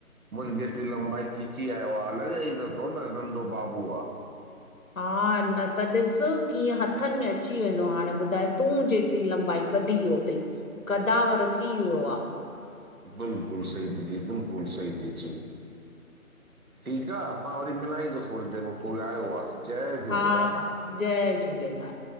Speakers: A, on the right (about 70°); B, on the left (about 60°).
A: मुंहिंजे जेतिरी लंबाई खिची आयो आहे, लॻे ई नथो नंढो बाबू आहे।
B: हा न त ॾिस कीअं हथनि में अची वेंदो हो, हाणे ॿुधाए तूं जेतिरी लंबाई कढी वियो अथई। कदावर थी वियो आहे।
A: बिल्कुलु सही दीदी, बिल्कुलु सही थी चईं। ठीकु आहे, मां वरी मिलाई थो थोड़ी देरि में कोई आयो आहे। जय झूलेलाल
B: हा हा, जय झूलेलाल।